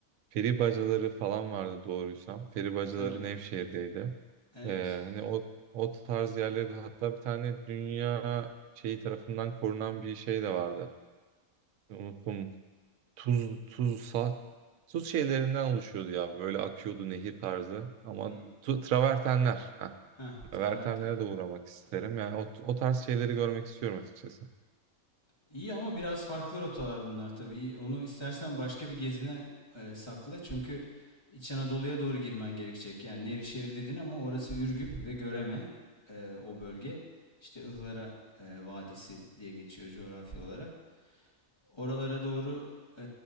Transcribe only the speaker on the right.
peri bacaları falan vardı doğruysam. Peri bacaları
Nevşehir'deydi.
Ee, hani o o tarz yerlerde hatta bir tane dünya şeyi tarafından korunan bir şey de vardı. Unuttum. Tuz tuzsa tuz şeylerinden oluşuyordu ya. Böyle akıyordu nehir tarzı. Ama
tu, travertenler. Heh,
travertenlere de uğramak isterim. Yani o, o tarz şeyleri görmek istiyorum açıkçası.